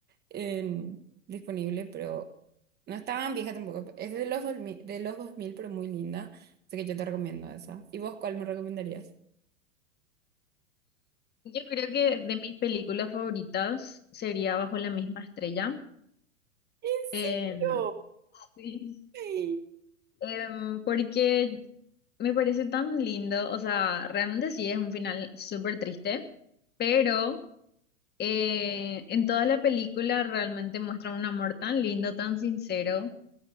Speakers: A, on the right; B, on the left.
A: en- disponible, pero no estaba tan vieja tampoco. Es de los, 2000 de los 2000, pero muy linda. Así que yo te recomiendo esa. ¿Y vos cuál me recomendarías?
B: Yo creo que de mis películas favoritas sería Bajo la misma estrella.
A: ¿En
B: Em,
A: serio?
B: sí.
A: ¡Ay!
B: em, porque me parece tan lindo, o sea, realmente sí es un final súper triste, pero Eh, en toda la película realmente muestra un amor tan lindo, tan sincero,